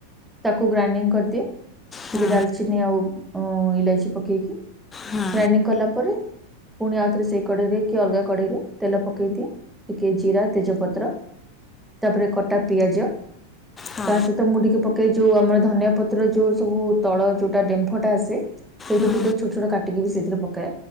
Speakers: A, in the centre; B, on the left.
A: ତାକୁ ଗ୍ରାଇଣ୍ଡିଙ୍ଗ୍ କରିଦିଏ
B: ହଁ
A: ଟିକେ ଡାଲ୍ଚିନି ଆଉ ଇଲାଇଚି ପକେଇକି।
B: ହଁ
A: ଗ୍ରାଇଣ୍ଡିଙ୍ଗ୍ କଲା ପରେ ପୁଣି ଆଉଥରେ ସେଇ କଡେଇରେ କି ଅଲଗା କଡେଇରେ ତେଲ ପକେଇ ଦିଏ ଟିକେ ଜିରା ତେଜପତ୍ର ତାପରେ କଟା ପିଆଜ
B: ହଁ
A: ତା ସହି ମୁ ଟିକେ ପ କେଇଚୁ ଆମର ଧନିଆ ପତ୍ରର ଯୋଉ ସବୁ ତଳ ଯୋଉଟା ଡେମ୍ଫଟା ଆସେ ସେଇଥିୁରୁ
B: ହଁ
A: ଟିକେ ଛୋଟ ଛୋଟ କାଟିକି ବି ସେଇଥିରେ ପକବା